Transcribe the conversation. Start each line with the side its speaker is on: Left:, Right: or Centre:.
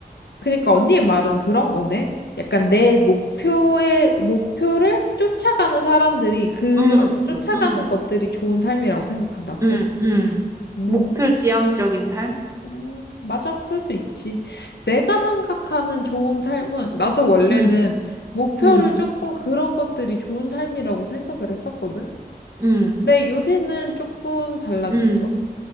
Left: 그러니까 언니의 말은 그런 거네. 약간 내 목표의, 목표를 쫓아가는 사람들이 그,
Right: 응,
Left: 쫓아가는
Right: 응,
Left: 것들이 좋은 삶이라고 생각한다고.
Right: 응, 응.
Left: 음.
Right: 목표 지향적인 삶?
Left: 음, 맞아, 그럴 수 있지. 내가 생각하는 좋은 삶은, 나도 원래는
Right: 응,
Left: 목표를
Right: 응,
Left: 쫓고 그런 것들이 좋은 삶이라고 생각을 했었거든?
Right: 응,
Left: 근데 요새는 조금 달라졌어.
Right: 응,